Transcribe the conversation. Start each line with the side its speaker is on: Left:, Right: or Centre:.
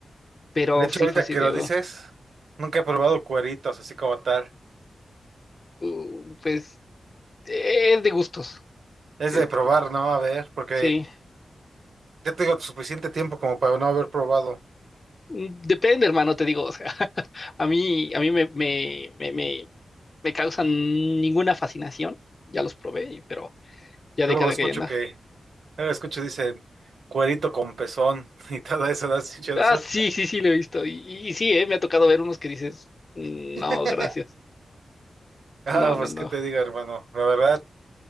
Left: pero
Right: De hecho,
Left: sí
Right: ahorita
Left: fue así
Right: que
Left: de,
Right: lo dices,
Left: uh,
Right: nunca he probado cueritos así como tal.
Left: uh, pues eh, es de gustos,
Right: Es
Left: es-
Right: de probar, ¿no? A ver, porque
Left: sí,
Right: ya tengo suficiente tiempo como para no haber probado.
Left: Mm, depende, hermano, te digo, o sea, <laughs> a mí, a mí me, me, me, me, me causan ninguna fascinación, ya los probé, y- pero ya
Right: Luego
Left: de cada
Right: escucho
Left: que anda.
Right: que, luego escucho dicen cuerito con pezón <laughs> y todo eso, ¿no has escuchado
Left: Ah,
Right: eso?
Left: sí, sí, sí, lo he visto, y, y- y sí, eh, me ha tocado ver unos que dices, "Mm,
Right: <laughs>
Left: no, gracias,
Right: Ah,
Left: no, no,
Right: pues
Left: no.
Right: qué te digo, hermano. La verdad.